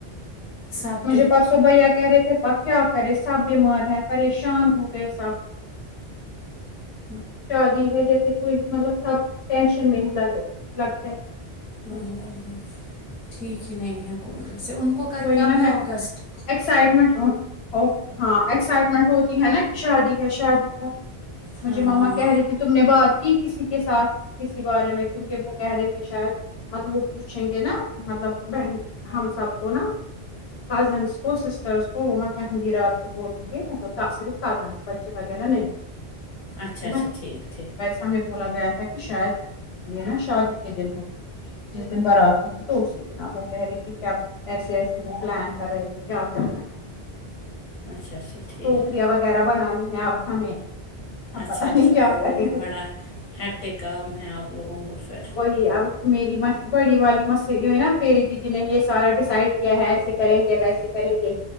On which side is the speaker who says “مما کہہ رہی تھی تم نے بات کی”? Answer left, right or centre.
Left